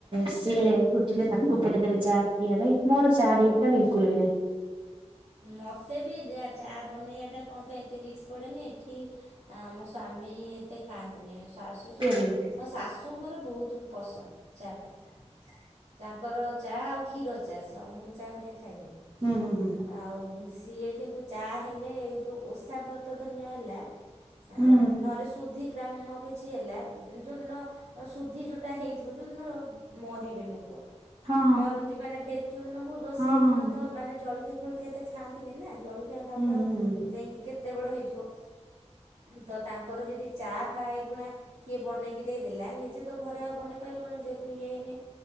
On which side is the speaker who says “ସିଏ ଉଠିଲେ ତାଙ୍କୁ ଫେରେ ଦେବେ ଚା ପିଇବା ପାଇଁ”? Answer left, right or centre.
Right